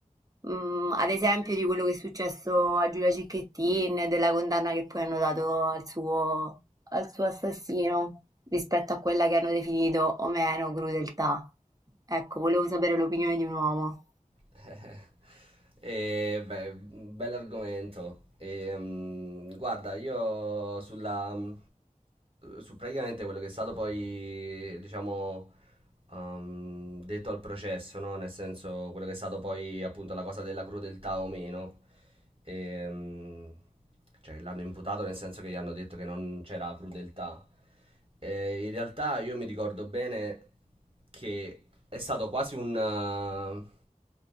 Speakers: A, on the right; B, on the right.
A: mm, ad esempio di quello che è successo a Giulia Cecchettin, e della condanna che poi hanno dato al suo, al suo assassino rispetto a quella che hanno definito o meno crudeltà. Ecco, volevo sapere l'opinione di un uomo.
B: <laughs> E, beh, bell'argomento. E, mm, guarda, io sulla, mm, su praticamente quello che è stato poi, diciamo, um, detto al processo, no? Nel senso, quello che è stato poi appunto la cosa della crudeltà o meno. E, mm, cioè, l'hanno imputato nel senso che gli hanno detto che non c'era crudeltà. E in realtà io mi ricordo bene che è stato quasi un... eh,